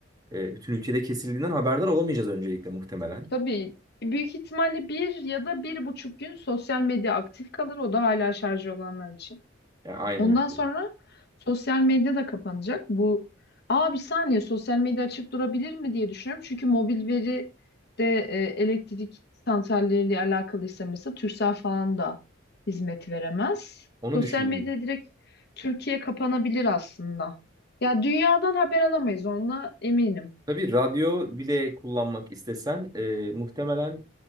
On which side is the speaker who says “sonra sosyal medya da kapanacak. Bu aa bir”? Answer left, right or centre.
Left